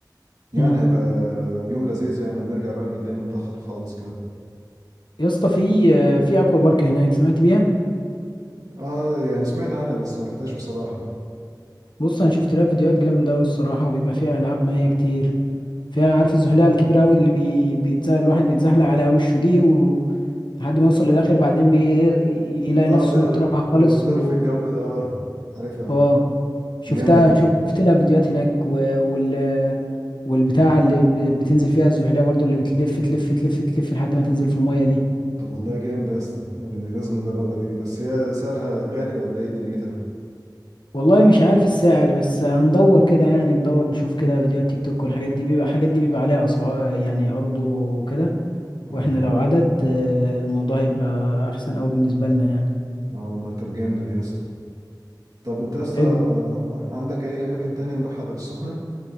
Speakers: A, on the right; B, on the left.
A: يعني
B: امم
A: هيبقى يوم لذيذ يعني ونرجع بقى بالليل متأخر خالص كده
B: يا اسطى في في اكوا بارك هناك سمعت بيها؟
A: اه يعني سمعت عنها بس ما رحتهاش بصراحة
B: بص انا شفت لها فيديوهات جامدة أوي الصراحة بيبقى فيها العاب مائية كتير فيها عارف الزحليقة الكبيرة أوي اللي بي... بيتزحلق الواحد بيتزحلق على وشه دي و... لحد ما يوصل للآخر بعدين بي... يلاقي
A: اه
B: نفسه
A: لا
B: اترفع خالص
A: بيطير
B: و...
A: في الجو ده اه عارفها
B: اه شفتها
A: جامدة دي
B: شفت لها فيديوهات هناك و- وال والبتاع اللي ب- بتنزل فيها الزحلية برضو اللي بتلف تلف تلف تلف لحد ما تنزل في المية دي
A: طب والله جامدة يا اسطى دي لازم نجربها دي بس هي سعرها غالي ولا ايه دنيتها
B: والله مش عارف السعر بس هندور كده يعني ندور نشوف كده فيديوهات تيك توك والحاجات دي بيبقى الحاجات دي بيبقى عليها أسعار يعني عروض وكده
A: اه
B: واحنا لو عدد آه، الموضوع هيبقى أحسن أوي بالنسبة لنا يعني
A: اه والله طب جامدة دي يا اسطى طب انت لسه
B: حلو
A: عندك اي اماكن تانية نروحها غير السخنة